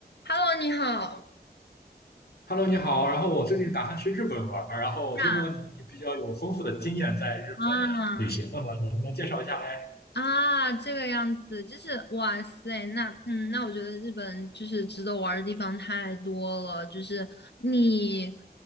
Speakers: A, on the left; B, on the left.
A: Hello，你好
B: Hello，你好。然后我最近打算去日本玩儿然后听说你比较有丰富的经验在日本旅行，
A: 呀。啊
B: 那么能不能介绍一下嘞？
A: 啊，这个样子，就是哇塞，那嗯，那我觉得日本就是值得玩儿的地方太多了，就是你，